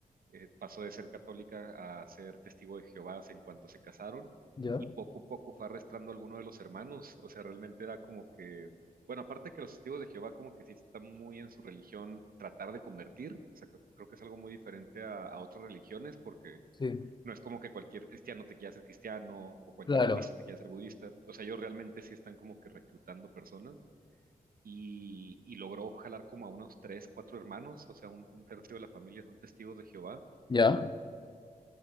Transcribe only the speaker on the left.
ya.
Sí.
Claro.
Ya.